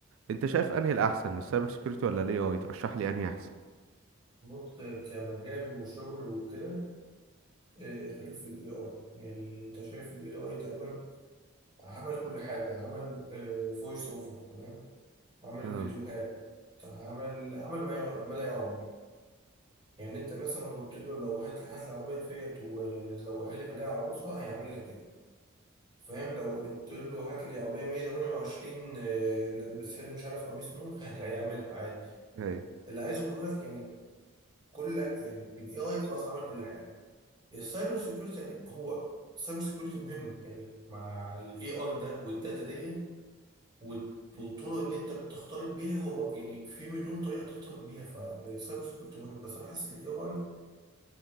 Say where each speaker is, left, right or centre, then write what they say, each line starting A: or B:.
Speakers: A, on the right; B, on the right.
A: انت شايف انهي الاحسن السايبر سيكيورتي ولا الاي اي ترشح لي انهي احسن
B: بص كمجال وشغل وكده آه، خليك في الاي اي يعني انت شايف الاي اي تقريبا عمل كل حاجه عمل فويس اوفر تمام عمل
A: اه
B: فيديوهات عمل عمل ما ي- ما لا يعمل يعني انت مثلا قلت له لو هات لي هات لي عربيه فيات وزوقها لي خليها عروسه هيعمل لك كده فاهم لو قلت له هات لي عربيه 128 آه، لبسها لي مش عارف قميص نوم <laughs> هيعملها عادي
A: ايوه
B: اللي عايز اقوله لك يعني كل يعني الاي اي خلاص عمل كل حاجه السايبر سيكيورتي يعني هو السايبر سيكيورتي مهم يعني مع الاي اي ده والداتا دي وال- والطرق اللي انت بتختلط بيها هو يعني في مليون طريقه تختلط بيها فالسايبر سيكيورتي مهم بس انا حاسس الاي اي